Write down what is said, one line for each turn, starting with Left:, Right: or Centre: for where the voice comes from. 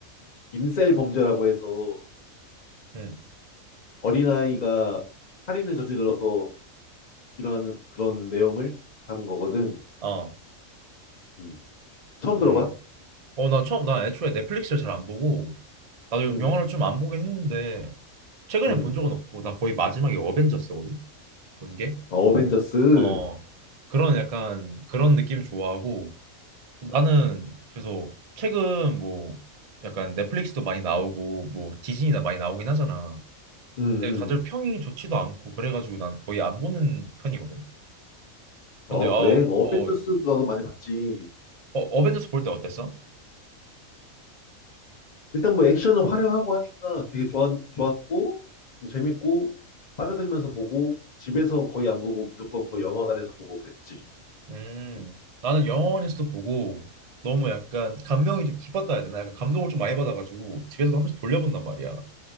Left: 인셀 범죄라고 해서
Right: 응.
Left: 어린아이가 살인을 저질러서 일어나는 그런 내용을 담은 거거든.
Right: 어.
Left: 음. 처음 들어봐?
Right: 음. 어, 나 처음 나 애초에 넷플릭스를 잘 안 보고 나도
Left: 음,
Right: 영화를 좀 안 보긴 했는데 최근에
Left: 음.
Right: 본 적은 없고 나 거의 마지막에 어벤져스거든. 본 게.
Left: 어, 어벤져스. 음,
Right: 어. 그런 약간 그런 느낌 좋아하고 나는 그래서 최근 뭐 약간 넷플릭스도 많이 나오고 뭐 디즈니나 많이 나오긴 하잖아.
Left: 음,
Right: 근데 다들
Left: 음.
Right: 평이 좋지도 않고 그래가지고 난 거의 안 보는 편이거든. 그런데
Left: 어,
Right: 어,
Left: 그래. 뭐 어벤져스도
Right: 어,
Left: 나도 많이 봤지.
Right: 어 어벤져스 볼 때 어땠어?
Left: 일단 뭐 액션은 화려하고 하니까 되게 좋았, 좋았고, 뭐 재밌고, 빠져들면서 보고, 집에서 거의 안 보고 무조건 거의 영화관에서 보고 그랬지.
Right: 음,
Left: 음.
Right: 나는 영화관에서도 보고 너무 약간 감명이 좀 깊었다 해야 되나? 약간 감동을 좀 많이 받아가지고 집에서도 한 번씩 돌려본단 말이야.